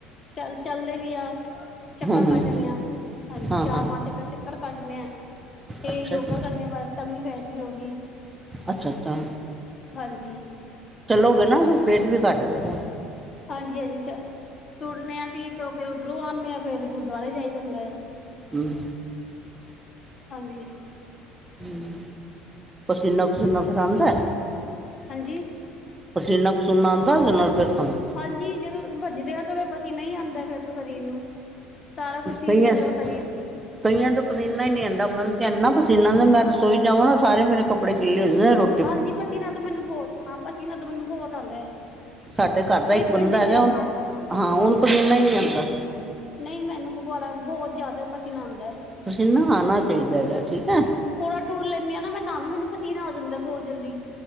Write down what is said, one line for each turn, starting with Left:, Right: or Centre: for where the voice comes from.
Left: ਚੱਲ ਚਲਦੇ ਵੀ ਆਂ। ਚੱਕਰ
Right: ਹੂੰ ਹੂੰ
Left: ਕੱਟਦੇ ਆਂ, ਹਾਂਜੀ
Right: ਹਾਂ
Left: ਚਾਰ
Right: ਹਾਂ
Left: ਪੰਜ ਚੱਕਰ ਚੱਕਰ ਕੱਟਣੇ ਆਂ। ਤੇ
Right: ਅੱਛਾ
Left: ਯੋਗਾ
Right: ਜੀ
Left: ਕਰਨੇ ਆਂ ਬਸ ਤਵੀ ਫੈਟੀ ਹੋਗੀ
Right: ਅੱਛਾ ਅੱਛਾ
Left: ਹਾਂਜੀ।
Right: ਚੱਲੋਗੇ ਨਾ ਫੇਰ ਪੇਟ ਵੀ ਘੱਟ ਜੇਗਾ।
Left: ਹਾਂਜੀ-ਹਾਂਜੀ, ਚ ਤੁਰਨੇ ਆ ਅਸੀਂ ਤੋ ਫੇਰ ਓਧਰੋਂ ਆਨੇ ਆਂ, ਫੇਰ ਗੁਰਦੁਆਰੇ ਜਾਈਦਾ ਹੁੰਦਾ ਐ।
Right: ਹੂੰ।
Left: ਹਾਂਜੀ।
Right: ਹੁੰ, ਪਸੀਨਾ-ਪਸੂਨਾ ਫੇਰ ਆਂਦਾ?
Left: ਹਾਂਜੀ
Right: ਪਸੀਨਾ-ਪਸੂਨਾ ਆਂਦਾ ਔਦੇ ਨਾਲ ਫੇਰ ਤਾਨੂੰ?
Left: ਹਾਂਜੀ, ਜਦੋਂ ਭੱਜਦੇ ਆਂ ਤੇ ਫੇ, ਰ ਪਸੀਨਾ ਈ ਆਂਦਾ ਏ ਫੇਰ ਤੇ ਸਰੀਰ ਨੂੰ। ਸਾਰਾ ਕੁਛ ਹੀ
Right: ਸਈ
Left: ਮਤਲਬ
Right: ਐ।
Left: ਸਰੀਰ
Right: ਕਈਆਂ ਦ ਪਸੀਨਾ ਈ ਨੀ ਆਂਦਾ ਮੇਨ ਤੇ ਏਨਾ ਪਸੀਨਾ ਮੈਂ ਰਸੋਈ ਜਾਵਾਂ ਸਾਰੇ ਮੇਰੇ ਕੱਪੜੇ ਗਿੱਲੇ ਹੋ ਜਾਂਦੇ ਨੇ ਰੋਟ
Left: ਹਾਂਜੀ, ਪਸੀਨਾ ਤਾ ਮੈਨੂੰ ਬੋਤ ਹਾਂ, ਪਸੀਨਾ ਤੇ ਮੈਨੂੰ ਬੋਤ ਆਂਦਾ ਐ,
Right: ਸਾਡੇ ਘਰ ਦਾ ਇੱਕ
Left: ਏਕ
Right: ਬੰਦਾ
Left: ਮਿੰਟੀ
Right: ਹੈਗਾ
Left: ਚ,
Right: ਹੁਣ
Left: ਹਾਂਜੀ।
Right: ਹਾਂ, ਹੁਨ ਪਸੀਨਾ ਈ ਨੀ ਆਂਦਾ।
Left: ਨਈ, ਮੈਨੂੰ ਤੇ ਬੋੜਾ ਬੋਤ ਜਾਦਾ ਪਸੀਨਾ ਆਂਦਾ।
Right: ਪਸੀਨਾ ਆਨਾ ਚਾਈਦਾ ਹੈਗਾ, ਠੀਕ ਐ।
Left: ਥੋੜਾ ਟੂਰ ਲੇਨੀ ਆਂ ਨਾ ਮੈਂ ਤਾਂ ਵੀ ਮੈਨੂੰ ਪਸੀਨਾ ਆ ਜਾਂਦਾ ਬੋਤ ਜਲਦੀ।